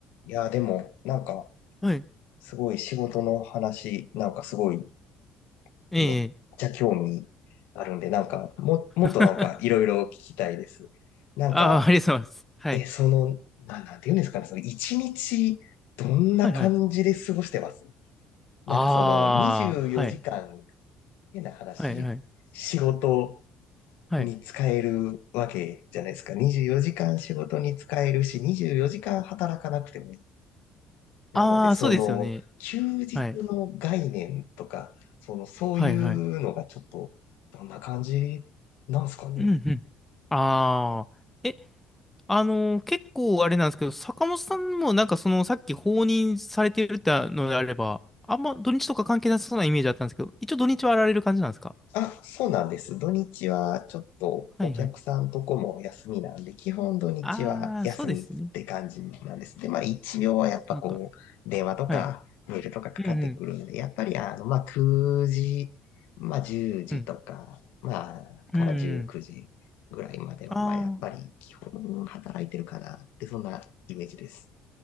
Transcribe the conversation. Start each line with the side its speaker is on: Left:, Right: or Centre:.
Left: いやー、でも、なんか、
Centre: はい。
Left: すごい仕事の話、なんかすごい、
Centre: ええ。
Left: めっちゃ興味あるんで、なんか、も、
Centre: <laughs>
Left: もっとなんか、いろいろ聞きたいです。なんか、
Centre: ああ、ありがとうございます。はい。
Left: え、その、な、なんて言うんですかね、その、一日、どんな感じで過ごしてます
Centre: はいはい。ああ、
Left: なんかその、24時間、
Centre: はい。
Left: 変な話、
Centre: はいはい。
Left: 仕事
Centre: はい。
Left: に使えるわけじゃないですか。24時間仕事に使えるし、24時間働かなくてもなので、
Centre: ああ、
Left: その、
Centre: そうですよね。
Left: 休日の概念とか、
Centre: はい。
Left: その、そういうのがちょっと、
Centre: はいはい。
Left: どんな感じなんすかね。
Centre: うんうん。ああ。え、あのー結構あれなんですけど、坂本さんもなんかその、さっき放任されてるってのであれば、あんま土日とか関係なさそうなイメージだったんですけど、一応土日はやられる感じなんですか
Left: あ、そうなんです。土日はちょっとお客さんとこも休みなんで、
Centre: はいはい。
Left: 基本土日は休みって感じなんです。
Centre: ああ、そうですね。
Left: で、まあ一応はやっぱこう、
Centre: なんか、
Left: 電話とかメールとかかかってくるんで、
Centre: はい。うんうん。
Left: やっぱりあの、まあ9時、まあ10時とか、
Centre: うん。
Left: まあから19時ぐらいまでは、
Centre: うんうん。あ
Left: まあやっぱり基本働いてるかなって、そんなイメージです。